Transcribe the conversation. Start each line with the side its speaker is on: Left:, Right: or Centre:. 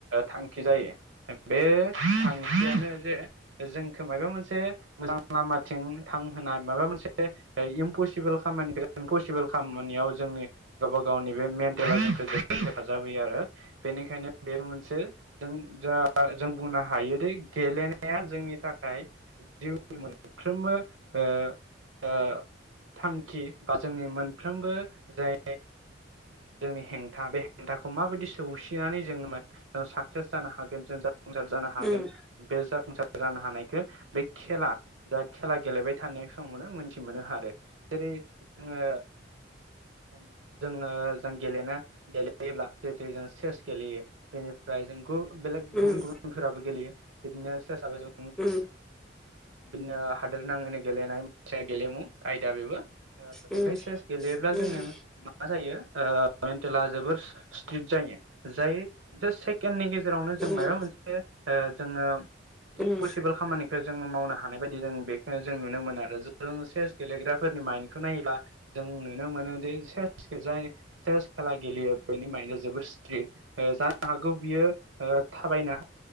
Right: थांखि जायो। बे थांखियानो जे जोंखौ माबा मोनसे मोजां लामाथिं थांहोनाय माबा मोनसे इमपसिबोल खामानिखौ इमपसिबोल खामानियाव जोंनि गावबा गावनि बे मेन्टेलेलखौ जोबोद हेफाजाब होयो आरो। बेनिखायनो बेबो मोनसे जों जा जों बुंनो हायोदि गेलेनाय या जोंनि थाखाय जिउनि मोनफ्रोमबो ओ ओ थांखि बा जोंनि मोनफ्रोमबो जाय जोंनि हेंथा बे हेंथा खौ माबायदि सौसिनानै जों साक्सेस जानो हागोन जों जाफुंसार जानो हागोन
Centre: उम
Right: बे जाफुं सार जानो हानायखौ बे खेला जा खेला गेलेबाय थानाय समावनो मोनथि मोनो आरो। जेरै जोङो । जोङो जों गेलेनो गेलेयोब्ला जितु जों चेस गेलेयो बेनि ओमफ्राय जों बेलेग
Centre: उम
Right: गुबुन गुबुनफोराबो गेलेयो बिदिनो सेसाबो जों
Centre: उम।
Right: बिदिनो हादोर नाङैनो गेलेनाय से गेलेमु आयदा बेबो ओ
Centre: उम
Right: बे सेस गेले
Centre: उम
Right: जों मा जायो ओ मेन्टेला जोबोर स्ट्रिक जायो जायो। सेकेण्डनि गेजेरावनो जों
Centre: उम
Right: मायबा मोनसे ओ जोङो
Centre: उम
Right: इमपसिबोल
Centre: उम
Right: खामानिखौ जों मावनो हानाय बायदि जों बेखौनो जों नुनो मोनो आरो। जों चेस गेलेग्राफोरनि माइन्दखौ नायोबा जों नुनो मोनो दि सेसखौ जाय सेस खेला गेलेयो बेनि माइन जोबोर स्ट्रिक ओ जानो हागौ बियो ओ थाबायना